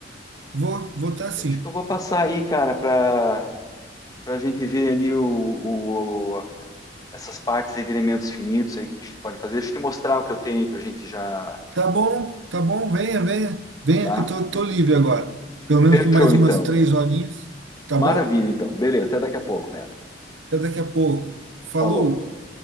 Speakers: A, on the right; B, on the left.
A: Vou, vou tá sim.
B: Acho que eu vou passar aí, cara, pra, pra gente ver ali o, o- a- essas partes aí de elementos finitos aí, o que que a gente pode fazer. Deixa eu te mostrar o que eu tenho aí pra gente já,
A: Tá bom, tá bom, venha, venha, venha
B: tá?
A: que eu tô, tô livre agora. Pelo menos
B: Fechou,
A: por mais
B: então.
A: umas três horinhas, tá
B: Maravilha,
A: bom?
B: então. Beleza, até daqui a pouco, man.
A: Até daqui a pouco. Falou!
B: Falou.